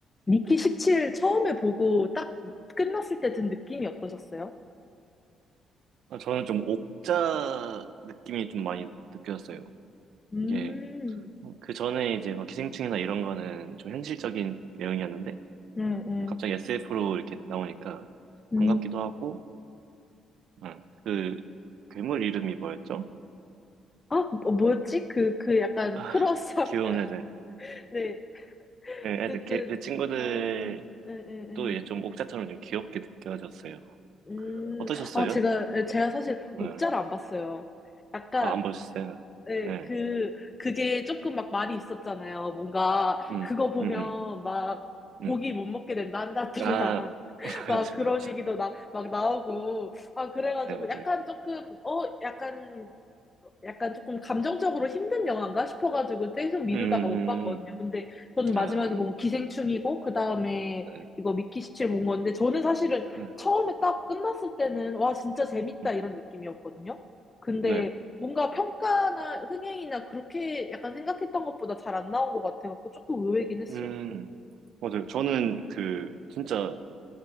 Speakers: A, on the left; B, on the right.
A: 미키 17 처음에 보고 딱 끝났을 때 든 느낌이 어떠셨어요?
B: 아, 저는 좀 옥자 느낌이 좀 많이 느껴졌어요.
A: 음,
B: 이게 그 전에 이제 뭐 기생충이나 이런 거는 좀 현실적인 내용이었는데
A: 네, 네.
B: 뭐 갑자기 SF로 이렇게 나오니까
A: 음.
B: 반갑기도 하고 응. 그 괴물 이름이 뭐였죠?
A: 아, 뭐- 뭐였지? 그, 그 약간
B: 아,
A: 크로스업.
B: 귀여운 애들.
A: <laughs> 네.
B: 예,
A: 어쨌든,
B: 애들 걔- 그 친구들도
A: 아, 네, 네, 네.
B: 이제 좀 옥자처럼 좀 귀엽게 느껴졌어요.
A: 음,
B: 어떠셨어요?
A: 아, 제가, 예, 제가 사실 옥자를
B: 응.
A: 안 봤어요. 약간,
B: 아, 안 보셨어요?
A: 예,
B: 네.
A: 그, 그게 조금 막 말이 있었잖아요. 뭔가,
B: 음,
A: 그거 보면
B: 음, 음,
A: 막
B: 음.
A: 고기 못 먹게 된다, 한 달 동안.
B: 아, <laughs>
A: 막
B: 맞아,
A: 그런
B: 맞아.
A: 얘기도 나, 막 나오고. 아, 그래가지고
B: 네, 맞아요.
A: 약간 조금, 어, 약간, 약간 조금 감정적으로 힘든 영화인가 싶어가지고 계속 미루다가
B: 음, 음,
A: 못 봤거든요.
B: 음,
A: 근데 저는 마지막에
B: 음. 아,
A: 본 기생충이고, 그 다음에
B: 네,
A: 이거 미키 17 본 건데, 저는 사실은
B: 네,
A: 처음에 딱 끝났을 때는, 와, 진짜 재밌다
B: 음,
A: 이런 느낌이었거든요. 근데
B: 네.
A: 뭔가 평가나 흥행이나 그렇게 약간 생각했던 것보다 잘 안 나온 것 같아가지고 조금 의외긴 했어요.
B: 음, 맞아요. 저는 그, 진짜